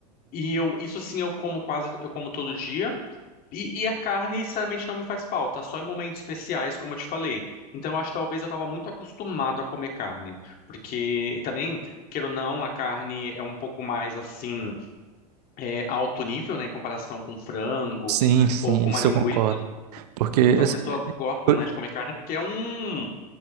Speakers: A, on the left; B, on the right.
A: E eu, isso sim, eu como quase, eu como todo dia. E, e a carne, sinceramente, não me faz falta, só em momentos especiais, como eu te falei. Então, eu acho que talvez eu estava muito acostumado a comer carne. Porque, e também, queira ou não, a carne é um pouco mais, assim, é, alto nível, né, em comparação com frango
B: Sim, sim,
A: ou com
B: isso
A: uma linguiça.
B: eu concordo. Porque
A: Então,
B: assim,
A: As pessoas
B: é,
A: gostam,
B: eu-
A: né, de comer carne porque é um,